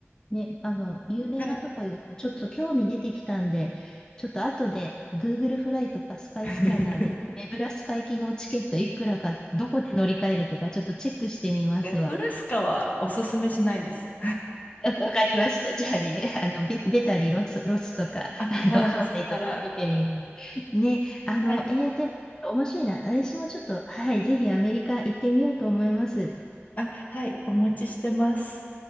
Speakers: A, on the left; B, on the left.
A: ね、あの、有名なとこ行くと、
B: はい。
A: ちょっと興味出てきたんで、ちょっと後で Google フライとかスカイスキャナーで、
B: <laughs>
A: ネブラスカ行きのチケットいくらか、どこで乗り換えるとか、ちょっとチェックしてみますわ。
B: ネブラスカはおすすめしないです。
A: <laughs> わかりました。じゃあね、<laughs> あの、ベ、ベタにロス、ロスとか、<laughs>
B: あ、はい、
A: あの、ハワイとか見てみるんで。
B: もうそこから。
A: ね、あの、
B: はい
A: えー、でも、面白いな。私もちょっと、はい、ぜひアメリカ行ってみようと思います。
B: あ、はい、お持ちしてます。